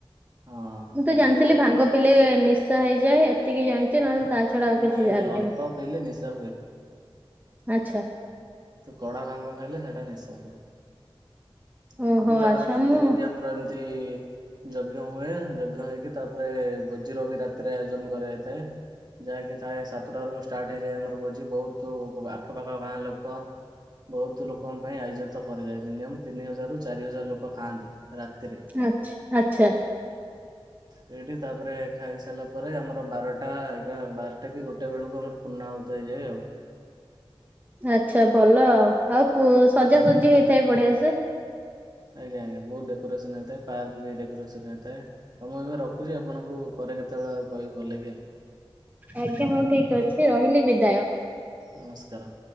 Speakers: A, on the right; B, on the right.
A: ହଁ
B: ମୁଁ ତ
A: ଡାକ୍ତର
B: ଜାଣିଥିଲି
A: ମାନେ
B: ଭାଙ୍ଗ
A: ବି
B: ପିଇଲେ ନିଶା ହେଇଯାଏ ଏତିକି ଜାଣି ନହେଲେ ତା ଛଡା ଆଉ କିଛି
A: ନାଇଁ
B: ଜାନିନି।
A: ନାଇଁ ଅଳ୍ପ ପିଇଲେ ନିଶା
B: ଆଚ୍ଛା
A: କଡା ଭାଙ୍ଗ ଖାଇଲେ ସେଇଟା ନିଶା ହୁଏ।
B: ଓହୋ
A: ଏମିତି ତାପରେ
B: ଆଚ୍ଛା
A: ରାତିରେ
B: ମୁଁ
A: ବି ଆମର ଏମିତି ଯଜ୍ଞ ହୁଏ। ଯଜ୍ଞ ହେଇକି ତାପରେ ଭୋଜିର ବି ରାତିରେ ଆୟୋଜନ କରାଯାଇଥାଏ। ଯାହାକି ଥାଏ ସାତଟାରୁ ଷ୍ଟାର୍ଟ ହେଇଯାଏ। ଆମର ଭୋଜି ବହୁତ ଆଖପାଖ ଗାଁ ଲୋକ ବହୁତ ଲୋକଙ୍କ ପାଇଁ ଆୟୋଜିତ କରାଯାଏ। ମିନିମମ୍ ତିନି ହଜାରରୁ ଚାରି ହଜାର ଲୋକ ଖାଆନ୍ତି ରାତିରେ।
B: ଆଛ ଆଚ୍ଛା।
A: ସେଇଠି ତାପରେ ଖାଇସାରିଲା ପରେ ଆମର ବାରଟା ଏଗାର ବାରଟା କି ଗୋଟେ ବେଳକୁ ଆମର ପୂର୍ଣ୍ଣ ଆହୁତି ହୋଇଯାଏ ଆଉ।
B: ଆଚ୍ଛା ଭଲ ଆଉ। ଆଉ ସଜାସଜି ହେଇଥାଏ ବଢିଆ ସେ।
A: ଆଜ୍ଞା ଆଜ୍ଞା ବହୁତ ଡେକୋରେସନ ହୋଇଥାଏ ପାର୍କ ବି ଡେକୋରେସନ ହୋଇଥାଏ। ହଉ ମୁଁ ଏବେ ରଖୁଛି ଆପଣଙ୍କୁ ପରେ କେତେବେଳେ ଆଉ କହକି ଭଲ ଲାଗି ଆଉ।
B: ଆଜ୍ଞା ହଁ ଠିକ ଅଛି ରହିଲି ବିଦାୟ।
A: ନମସ୍କାର